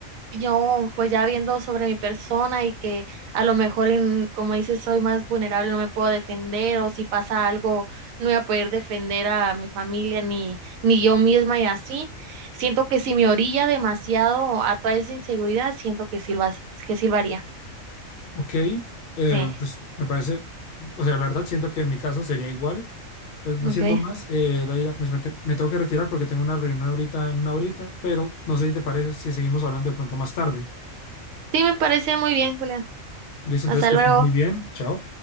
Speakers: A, on the right; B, on the left.
A: yo, pues ya viendo sobre mi persona y que a lo mejor, en, como dices, soy más vulnerable, no me puedo defender o si pasa algo, no voy a poder defender a mi familia ni, ni yo misma y así. Siento que si me orilla demasiado a toda esa inseguridad, siento que sí lo, hace- que sí lo haría.
B: Ok, eh,
A: Sí,
B: pues me parece, o sea, la verdad siento que en mi caso sería igual, pues no
A: ok.
B: siendo más, eh, Daira, pues me, te- me tengo que retirar porque tengo una reunión ahorita en una horita, pero no sé si te parece si seguimos hablando de pronto más tarde.
A: Sí, me parece muy bien, Julián.
B: Listo,
A: Hasta
B: entonces que
A: luego.
B: estés muy bien, chao.